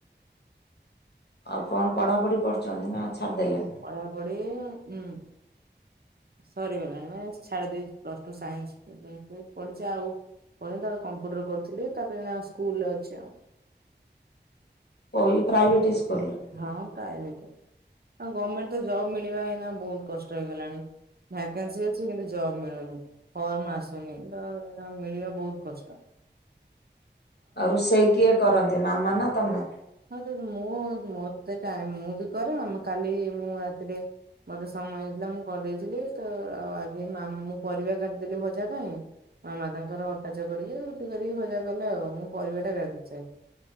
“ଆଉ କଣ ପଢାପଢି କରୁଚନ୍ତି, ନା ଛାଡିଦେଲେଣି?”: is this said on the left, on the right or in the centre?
Left